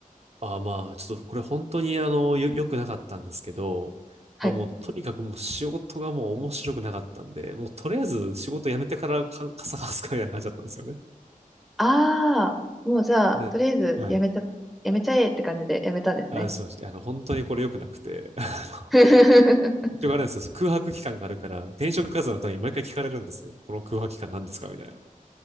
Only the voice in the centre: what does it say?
はい。
ああ、もうじゃあ、
とりあえず辞めちゃ、辞めちゃえって感じで辞めたんですね。
<laughs>